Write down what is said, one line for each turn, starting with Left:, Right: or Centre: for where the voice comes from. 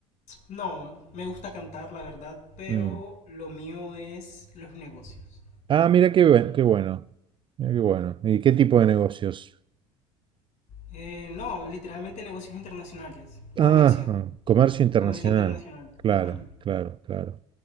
Left: No, me gusta cantar, la verdad, pero
Right: Mm.
Left: lo mío es los negocios.
Right: Ah, mira qué, buen- qué bueno. Mira qué bueno. ¿Y qué tipo de negocios?
Left: Eh, no, literalmente negocios internacionales,
Right: Ah,
Left: comercio,
Right: comercio internacional.
Left: comercio internacional.
Right: Claro,
Left: Ujú.
Right: claro, claro.